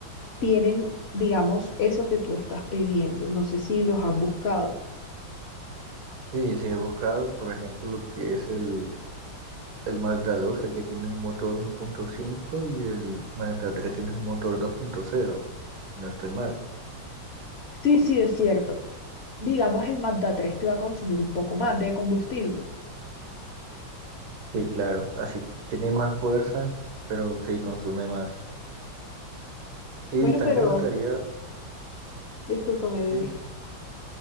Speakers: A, on the left; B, on the right.
A: tienen, digamos, eso que tú estás pidiendo. No sé si los has buscado.
B: Sí, sí, he buscado, por ejemplo, lo que es el, el Mazda 12, que tiene un motor 1.5 y el Mazda 3 tiene un motor 2.0, si no estoy mal.
A: Sí, sí, es cierto. Digamos, el Mazda tres te va a consumir un poco más de combustible.
B: Sí, claro, así tiene más fuerza, pero sí consume más. Y
A: Bueno,
B: también
A: pero
B: me gustaría,
A: discúlpame, dime.
B: sí,